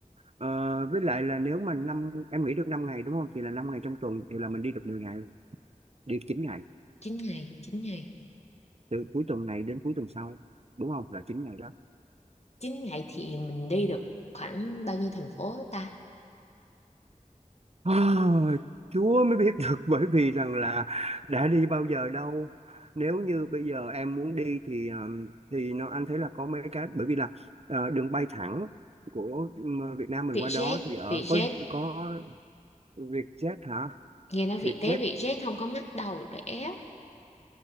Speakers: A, on the right (about 50°); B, on the left (about 55°).
A: ờ, với lại là nếu mà năm em nghỉ được 5 ngày đúng không thì là 5 ngày trong tuần thì là mình đi được mười ngày đi chín ngày
B: chín ngày chín ngày
A: từ cuối tuần này đến cuối tuần sau đúng không là 9 ngày đó
B: 9 ngày thì mình đi được khoảng bao nhiêu thành phố ta
A: Ôi, Chúa mới biết được bởi vì rằng là đã đi bao giờ đâu nếu như bây giờ em muốn đi thì ờ, thì nó anh thấy là có mấy cái bởi vì là ờ, đường bay thẳng của ừ, Việt Nam mình
B: Vietjet
A: qua đó thì ở
B: Vietjet
A: có có Vietjet hả
B: nghe nói Vietjet
A: Vietjet
B: Vietjet không có mắc đầu rẻ